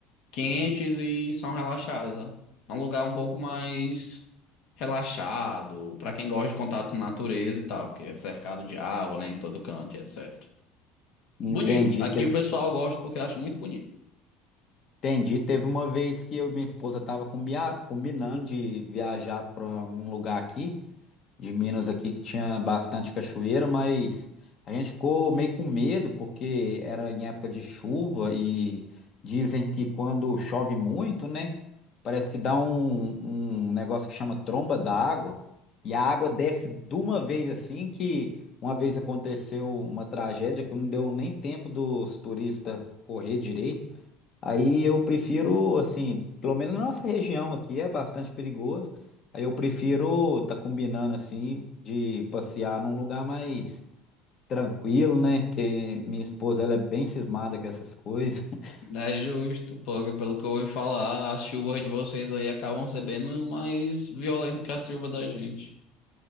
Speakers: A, on the left; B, on the left.
A: quentes e são relaxadas, ó. É um lugar um pouco mais relaxado, para quem gosta de contato com natureza e tal, porque é cercado de água, né, em todo canto e etc.
B: Entendi.
A: Bonito. Aqui o pessoal gosta porque acha muito bonito.
B: Entendi. Teve uma vez que eu e minha esposa tava combia- combinando de viajar para um lugar aqui, de Minas aqui, que tinha bastante cachoeira, mas a gente ficou meio com medo porque era em época de chuva e dizem que quando chove muito, né, parece que dá um, um negócio que chama tromba d'água e a água desce de uma vez assim que uma vez aconteceu uma tragédia que não deu nem tempo dos turistas correr direito. Aí eu prefiro, assim, pelo menos na nossa região aqui é bastante perigoso. Aí eu prefiro tá combinando assim de passear num lugar mais tranquilo, né? Porque minha esposa ela é bem cismada com essas coisas. <laughs>
A: É justo, porque pelo que eu ouvi falar, as chuvas de vocês aí acabam sendo bem mais violentas que a chuva da gente.